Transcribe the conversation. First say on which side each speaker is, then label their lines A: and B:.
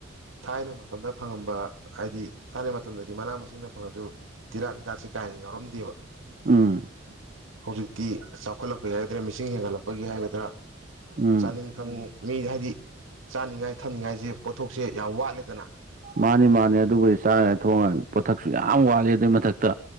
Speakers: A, on the right; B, on the right.
A: ꯊꯥꯏꯅ ꯃꯇꯝꯗ ꯐꯪꯉꯝꯕ ꯍꯥꯏꯗꯤ ꯊꯥꯏꯅ ꯃꯇꯝꯗꯗꯤ ꯃꯅꯥ ꯃꯁꯤꯡꯗ ꯐꯪꯉꯁꯨ ꯇꯤꯔꯥꯠ ꯍꯤꯗꯥꯛꯠꯁꯦ ꯀꯥ ꯍꯦꯟꯅ ꯌꯥꯎꯔꯝꯗꯦꯕ <inaudible>
B: ꯎꯝ
A: ꯍꯧꯖꯤꯛꯇꯤ ꯆꯥꯎꯈꯠꯂꯛꯄꯩ ꯍꯥꯏ ꯃꯤꯁꯤꯡ ꯍꯦꯟꯒꯠꯂꯛꯄꯒꯤ ꯍꯥꯏꯒꯗ꯭ꯔ
B: ꯎꯝ
A: ꯆꯥꯅꯤꯡꯊꯛꯅꯤꯡ ꯃꯤ ꯍꯥꯏꯗꯤ ꯆꯥꯅꯤꯡꯉꯥꯏ ꯊꯛꯅꯤꯡꯉꯥꯏꯁꯦ ꯄꯣꯠꯊꯣꯛꯁꯦ ꯌꯥꯝ ꯋꯥꯠꯂꯦꯗꯅ
B: ꯃꯥꯅꯤ ꯃꯥꯅꯦ ꯑꯗꯨꯕꯨꯗꯤ ꯆꯥꯅꯅꯤ ꯊꯣꯡꯉ ꯄꯣꯊꯛꯁꯨ ꯌꯥꯝ ꯋꯥꯠꯂꯦ ꯑꯗꯨꯏ ꯃꯊꯛꯇ